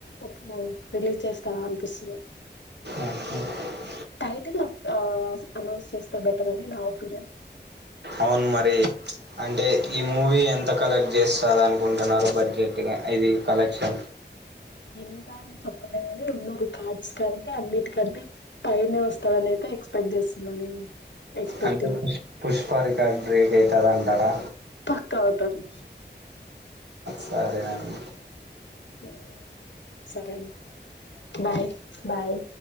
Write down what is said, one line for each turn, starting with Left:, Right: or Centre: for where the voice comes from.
Left: ప్పు <unintelligible> రిలీజ్ చేస్తారా అనిపిస్తుంది
Right: హ
Left: టైటిల్ ఆ అనౌన్స్ చేస్తే బెటర్ అని నా ఒపీనియన్
Right: అవును మరి అంటే ఈ మూవీ ఎంత కలెక్ట్ చేస్తాది అనుకుంటున్నారు బడ్జెట్గా ఇది కలెక్షన్
Left: ఎంత అని చెప్పలే కాని ఉన్నారు కార్డ్స్ కంటే అన్నిటికంటే పైనే వస్తాందిని అయితే ఎక్సైపెక్ట్ చేస్తున్నా నేను ఎక్స్పెక్టింగ్
Right: అంత పుష్ పుష్పా రిటన్దే ఏ కాదంటారా
Left: పక్క అవుతాది
Right: సరే అండి
Left: హ సరే బాయ్ బాయ్